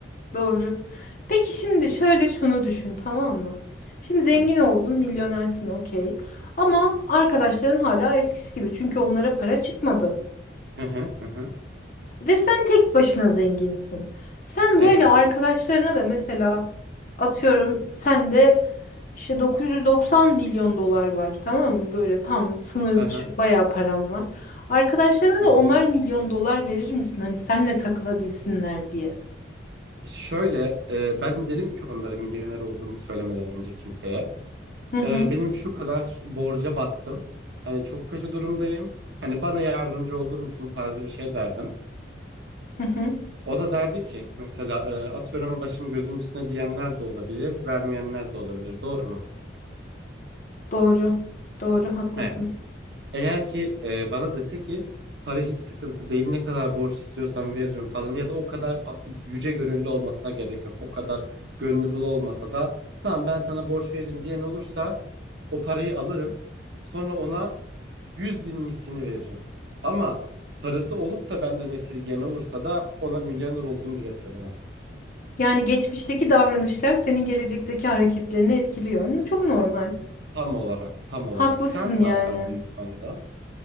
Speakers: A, on the left (about 50°); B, on the right (about 70°).
A: Doğru. Peki şimdi şöyle şunu düşün tamam mı? Şimdi zengin
B: Heh.
A: oldun, milyonersin okey. Ama arkadaşların hala eskisi gibi. Çünkü onlara para çıkmadı.
B: Hı hı hı. hı.
A: Ve sen tek başına zenginsin. Sen
B: Evet.
A: böyle arkadaşlarına da mesela atıyorum sen de İşte 990 milyon dolar var tamam mı? Böyle tam sınır
B: Hı
A: dışı
B: hı
A: bayağı param var. Arkadaşlarına
B: hı. hı.
A: da onar milyon dolar verir misin? Hani senle takılabilsinler diye.
B: Şöyle e, ben derim ki onlara milyoner olduğumu söylemeden önce kimseye.
A: Hı hı
B: E, benim şu kadar borca battım. Hani çok kötü durumdayım. Hani bana yardımcı olur musun tarzı bir şey derdim.
A: hı hı.
B: O da derdi ki mesela e, atıyorum başım gözüm üstüne diyenler de olabilir, vermeyenler de olabilir. Doğru mu?
A: Doğru. Doğru haklısın.
B: He. Eğer ki e, bana dese ki para hiç sıkıntı değil ne kadar borç istiyorsan veririm falan ya da o kadar a- yüce gönüllü olmasına gerek yok. O kadar gönlü bul olmasa da tamam ben sana borç veririm diyen olursa o parayı alırım. Sonra ona 100 bin mislini veririm. Ama parası olup da benden esirgeyen olursa da ona milyoner oldum bile söylemem.
A: Yani geçmişteki davranışlar senin gelecekteki hareketlerini etkiliyor. Ne- Çok normal.
B: Tam olarak, tam olarak.
A: Haklısın
B: Sen
A: yani.
B: ne yapardın bu konuda?